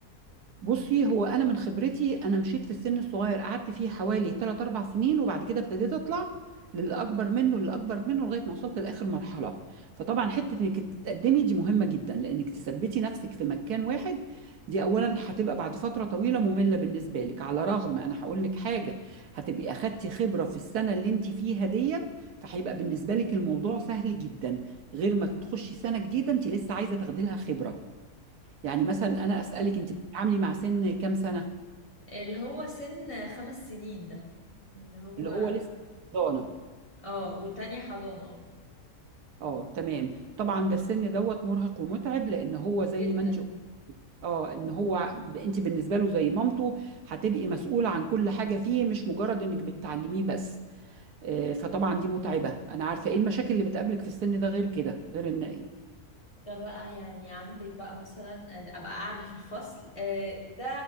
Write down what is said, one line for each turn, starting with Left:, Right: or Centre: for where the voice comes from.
Right: بُصي، هو أنا من خبرتي أنا مشيت في السن الصغير، قعدت فيه حوالي 3، 4 سنين، وبعد كده ابتديت أطلع للي أكبر منه، للي أكبر منه، لغاية ما وصلت لآخر مرحلة. فطبعًا حتة إنِك تتقدمي دي مهمة جدًا، لإنِك تثبّتي نفسِك في مكان واحد، دي أولًا هتبقى بعد فترة طويلة مملة بالنسبة لِك، على الرغم أنا هاقول لِك حاجة، هتبقي أخدتِ خبرة في السنة اللي أنتِ فيها ديّة، فهيبقى بالنسبة لِك الموضوع سهل جدًا، غير ما تخشي سنة جديدة أنتِ لسه عايزة تاخدي لها خبرة. يعني مثلا انا اسالك
Left: اه
Right: انت بتتعاملي مع سن كام سنه
Left: اللي هو سن خمس سنين ده اللي هو
Right: اللي هو لسه ضانه
Left: اه والتانية حضانة اه
Right: اه تمام طبعا ده السن دوت مرهق ومتعب لان هو زي
Left: جدا
Right: ما انت اه ان هو ب- انت بالنسبه له زي مامته هتبقي مسؤوله عن كل حاجه فيه مش مجرد انك بتعلميه بس آه، فطبعا دي متعبه انا عارفه ايه المشاكل اللي بتقابلك في السن ده غير كده غير ان
Left: ده بقى يعني عندك بقى مثلا أنا ابقى قاعده في الفصل آه، ده